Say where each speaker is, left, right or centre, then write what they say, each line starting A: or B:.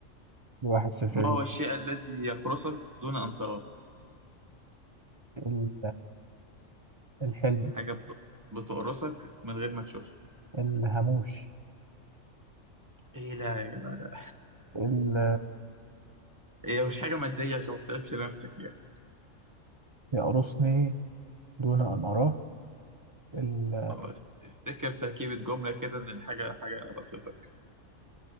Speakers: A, on the right; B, on the right.
A: واحد صفر
B: ما
A: ليك
B: هو الشيء الذي يقرصك دون ان تراه
A: ال- الحلم
B: حاجة بت- بتقرصك من غير ما تشوفها
A: الهاموش
B: ايه لا يا جدع لا
A: ال-
B: هي مش حاجة مادية عشان ما تتعبش نفسك يعني
A: يقرصني دون أن أراه ال-
B: اه افتكر تركيبة جملة كده ان الحاجة حاجة قراصتك